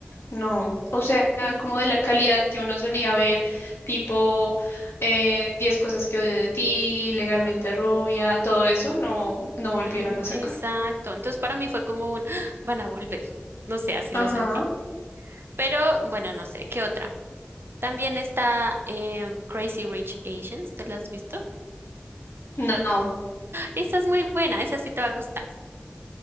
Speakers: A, on the left; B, on the right.
A: No, o sea,
B: ¿cierto?
A: como de la calidad que uno solía ver, tipo eh, 10 cosas que odio de ti, legalmente rubia, todo eso no, no volvieron
B: No,
A: a sacar.
B: exacto. Entonces para mí fue como un, "Ah, van a volver, no sé, así
A: Ajá,
B: lo sentí. Pero bueno, no sé, ¿qué otra? También está em, Crazy Rich Asians, ¿te la has visto?
A: no.
B: Esa es muy buena, esa sí te va a gustar.